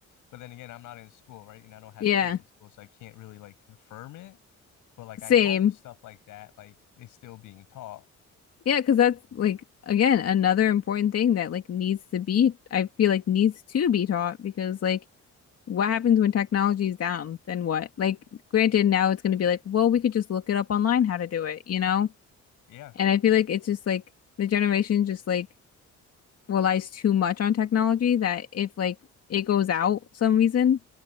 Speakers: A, on the left; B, on the left.
A: but then again, I'm not in school, right? And I don't have
B: Yeah,
A: kids in school, so I can't really like confirm it. But like
B: same.
A: I hope stuff like that like is still being taught.
B: Yeah, because that's like again another important thing that like needs to be, I feel like needs to be taught because like what happens when technology is down? Then what? Like, granted, now it's going to be like, well, we could just look it up online how to do it, you know?
A: Yeah.
B: And I feel like it's just like the generation just like relies too much on technology that if like it goes out some reason,